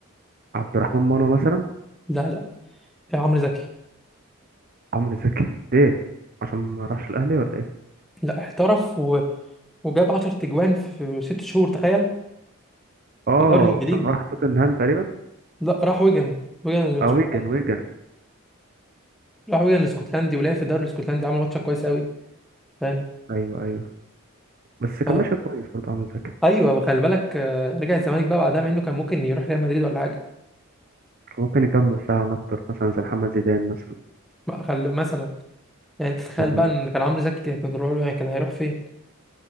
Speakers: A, on the right; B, in the centre.
A: عبد الرحمن منى مثلا
B: لا لا يا عمرو زكي
A: عمرو زكي ليه عشان ما راحش الاهلي ولا ايه
B: لا احترف و... وجاب 10 تجوان في في ست شهور تخيل
A: اه
B: في الدوري الانجليزي
A: لما راح توتنهام تقريبا
B: لا راح ويجن ويجن الاسكتلندي
A: اه ويجن ويجن
B: راح ويجن الاسكتلندي ولعب في الدوري الاسكتلندي عمل ماتش كويس قوي فاهم
A: ايوه ايوه بس كان
B: ف
A: ماشي كويس برضه عمرو زكي
B: ايوه وخلي بالك آه، رجع الزمالك بقى بعدها مع انه كان ممكن يروح ريال مدريد ولا حاجه
A: ممكن يكمل فعلا أكتر مثلا زي محمد زيدان مثلا
B: ما خل... مثلا يعني انت تتخيل
A: يقول
B: بقى
A: لي
B: ان كان عمرو زكي كان روح يعني كان هيروح فين